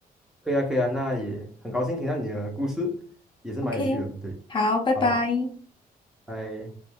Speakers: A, in the centre; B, on the left.
A: 可以啊，可以啊，那也很高兴听到你的故事，也是蛮有趣的。
B: OK，
A: 对，
B: 好，拜拜。
A: 好，拜。